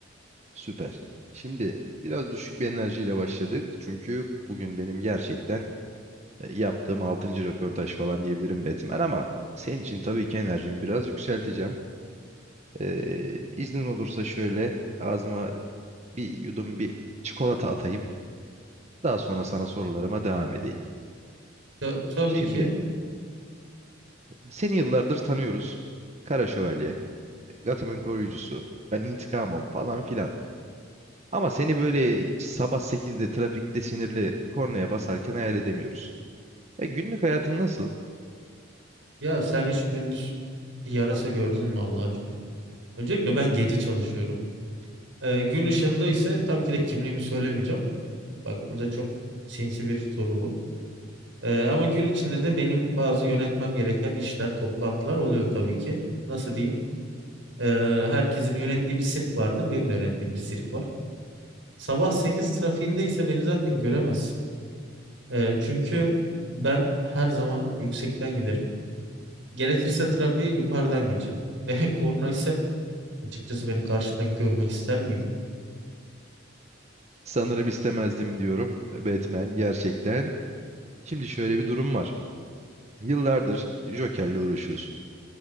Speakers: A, on the right; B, on the right.
A: Süper. Şimdi biraz düşük bir enerjiyle başladık. Çünkü bugün benim gerçekten e, yaptığım altıncı röportaj falan diyebilirim Batman ama senin için tabii ki enerjimi biraz yükselteceğim. Ee, iznin olursa şöyle ağzıma bir yudum bir çikolata atayım. Daha sonra sana sorularıma devam edeyim.
B: Ya, tabii
A: Şimdi
B: ki
A: Seni yıllardır tanıyoruz. Kara Şövalye, Gotham'ın koruyucusu. Ben intikamım falan filan. Ama seni böyle hiç sabah sekizde trafikte sinirli kornaya basarken hayal edemiyoruz. E, günlük hayatın nasıl?
B: ya sen hiç gündüz bir yarasa gördün mü Allah aşkına? Öncelikle ben gece çalışıyorum. E, gün ışığında ise tabii ki de kimliğimi söylemeyeceğim. Bak burada çok sinsi bir soru bu. E, ama gün içinde de benim bazı yönetmem gereken işler, toplantılar oluyor tabii ki. Nasıl diyeyim? E, herkesin yönettiği bir sirk vardır. Benim de yönettiğim bir sirk var. Sabah 8 trafiğinde ise beni zaten göremezsin. Ee, çünkü ben her zaman yüksekten giderim. Gerekirse trafiği yukarıdan geçerim. <laughs> E, korna ise açıkçası beni karşında görmek ister miydin?
A: Sanırım istemezdim diyorum. Batman gerçekten. Şimdi şöyle bir durum var. Yıllardır Joker'le uğraşıyorsun.